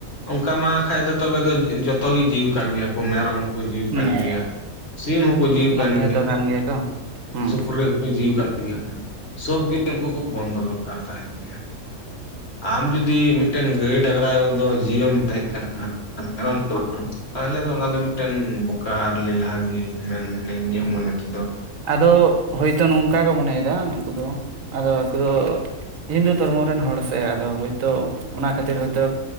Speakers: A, on the left; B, on the right.
A: ᱚᱝᱠᱟ ᱢᱟ ᱠᱷᱟᱡ ᱫᱚ ᱛᱚᱵᱮ ᱫᱚ ᱡᱚᱛᱚ ᱜᱮ ᱡᱤᱣᱤ ᱠᱟᱱ ᱜᱮᱭᱟ ᱠᱚ ᱢᱮᱨᱚᱢ ᱡᱤᱣᱤ
B: ᱦᱩᱸ
A: ᱠᱟᱱ ᱜᱮᱭᱟ ᱥᱤᱢ ᱦᱚᱸᱠᱚ ᱡᱤᱣᱤ
B: ᱚᱱᱟ
A: ᱠᱟᱱ
B: ᱦᱚᱭᱛᱚ
A: ᱜᱮᱭᱟ
B: ᱠᱚ ᱦᱩᱸ
A: ᱥᱩᱠᱨᱤ ᱦᱚᱸ ᱡᱤᱣᱤ ᱠᱟᱱ ᱜᱮᱭᱟ ᱥᱳᱵ ᱜᱤ ᱩᱱᱠᱩ ᱠᱚ ᱵᱚᱱᱫᱚ ᱫᱚᱨᱠᱟᱨ ᱛᱟᱦᱮᱸ ᱠᱟᱱ ᱜᱮᱭᱟ᱾ ᱟᱢ ᱡᱩᱫᱤ ᱢᱤᱫᱴᱮᱱ ᱜᱟᱹᱭ ᱰᱟᱝᱨᱟ ᱫᱚ ᱡᱤᱣᱤ ᱦᱚᱢ ᱢᱮᱛᱟᱭ ᱠᱟᱱᱟ, ᱢᱮᱨᱚᱢ ᱫᱚ ᱵᱟᱝ, ᱛᱟᱦᱚᱞᱮ ᱫᱚ ᱚᱱᱟ ᱫᱚ ᱢᱤᱫᱴᱮᱱ ᱵᱚᱠᱟ ᱟᱨ ᱞᱮᱞᱦᱟ ᱜᱮ ᱢᱮᱱ ᱱᱤᱱᱧᱟᱹᱜ ᱢᱚᱱᱮ ᱛᱮᱫᱚ᱾
B: ᱟᱫᱚ ᱦᱳᱭᱛᱚ ᱱᱚᱝᱠᱟ ᱠᱚ ᱢᱚᱱᱮ, ᱭᱮᱫᱟ ᱱᱩᱠᱩ ᱫᱚ ᱟᱫᱚ ᱟᱠᱩ ᱫᱚ, ᱦᱤᱱᱫᱩ ᱫᱷᱚᱨᱢᱚ ᱨᱮᱱ ᱦᱚᱲ ᱥᱮ ᱟᱫᱚ ᱦᱳᱭᱛᱚ ᱚᱱᱟ ᱠᱷᱟᱹᱛᱤᱨ ᱦᱳᱭᱛᱚ